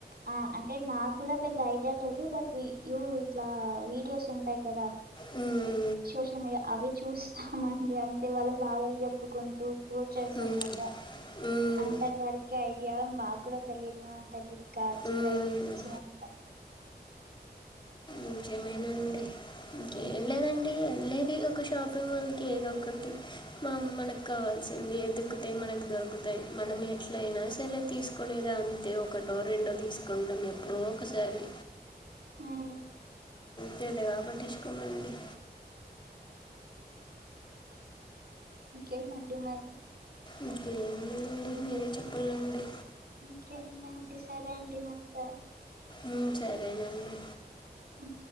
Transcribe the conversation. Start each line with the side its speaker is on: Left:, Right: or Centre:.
Right: ఆ అంటే నాకు కూడా పెద్ద ఐడియా లేదు బట్ ఇట్లా వీడియోస్ ఉంటాయి కదా
Left: ఉ
Right: సోషల్ మీడియా అవి చూస్తామండి అంతే వాళ్ళు బాధలు చెప్పుకుంటూ పోస్ట్ చేస్తుంటారు
Left: మ్మ్. మ్మ్.
Right: అంటీవరకే ఐడియా మా కూడా తెలీదు అంత టిక్క చీరల
Left: మ్మ్.
Right: గురించి అంత
Left: ఇంకేమైనా అండి ఇంకేం
Right: ఉమ్.
Left: లేదండి ఎం లెద్ ఈ ఒక షాపింగ్ మాల్ కి ఏదో ఒకటి మ మనకు కావాల్సింది ఏతుకుతే మనకి దొరుకుత మనం ఎట్లయినా సరే తీసుకునేద అంతే ఒకటో రెండో తీసుకుంటాం ఎప్పుడో ఒకసారి
Right: మ్
Left: పెద్దగా పట్టించుకోమండి మ్
Right: ఏమంటున్నారు
Left: ఇంకేం లేదండి మీరే చెప్పలండి
Right: ఇంకేం లే అండి సరే అండి మరి బాయ్
Left: మ్ సరేనండి
Right: ఓకే